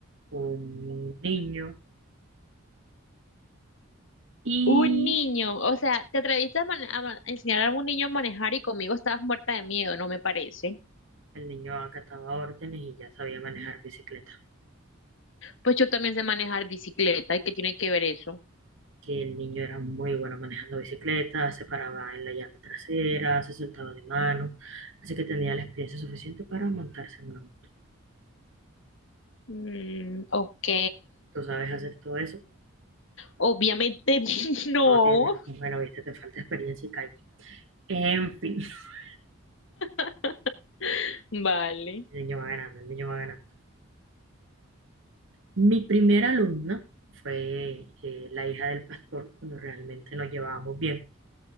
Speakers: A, on the right; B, on the left.
A: un niño y
B: Un niño, o sea, te atreviste a, man- a man- a enseñar a un niño a manejar y conmigo estabas muerta de miedo, no me parece.
A: el niño acataba órdenes y ya sabía manejar bicicleta.
B: Pues yo también sé manejar bicicleta, ¿y qué tiene que ver eso?
A: que el niño era muy bueno manejando bicicleta, se paraba en la llanta trasera, se soltaba de mano, así que tenía la experiencia suficiente para montarse en una moto.
B: Mm, ok,
A: Tú sabes hacer todo eso,
B: obviamente <laughs> no.
A: no tienes, bueno, viste, te falta experiencia y calle. En fin, <laughs>
B: <laughs> Vale.
A: el niño va ganando, el niño va ganando. Mi primera alumna fue eh, la hija del pastor, cuando realmente nos llevábamos bien.